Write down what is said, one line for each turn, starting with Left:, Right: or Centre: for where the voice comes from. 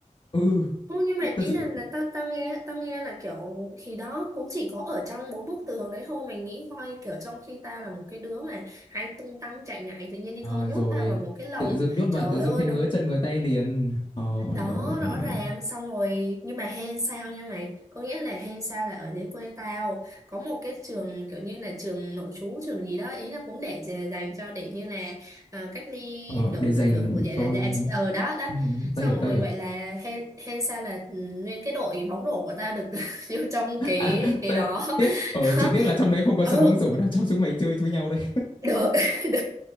Left: ừ
Right: không nhưng mà
Left: thật
Right: ý
Left: sự
Right: là, là tao tao nghe tao nghe là kiểu khi đó cũng chỉ có ở trong bốn bức tường đấy thôi mày nghĩ coi kiểu trong khi tao là một cái đứa mà hay tung tăng chạy nhảy tự nhiên đi
Left: Ờ,
Right: không nhốt
Left: rồi
Right: tao vào một cái lồng
Left: tự dưng nhốt vào
Right: trời
Left: tự dưng
Right: ơi
Left: thấy
Right: đúng
Left: ngứa chân ngứa tay liền ờ
Right: đó
Left: rồi rồi
Right: rõ ràng xong rồi nhưng mà hên sao nha mày có nghĩa là hên sao là ở dưới quê tao có một cái trường kiểu như là trường nội trú trường gì đó ý là cũng để dè- dành cho để như là à, cách ly
Left: ờ
Right: kiểu
Left: để dành
Right: kiểu của vậy
Left: cho
Right: là dạ ờ đó đó
Left: ừ, tao
Right: xong
Left: hiểu tao
Right: rồi
Left: hiểu
Right: vậy là hên hên sao là ừ, nguyên cái đội bóng rổ của tao được <laughs> vô trong cái
Left: à,
Right: cái
Left: tê-
Right: đó
Left: tiếc ờ chỉ
Right: đó
Left: tiếc là trong đấy không có
Right: ừ
Left: sân bóng rổ để cho chúng mày chơi với nhau đây
Right: được <laughs> đúng,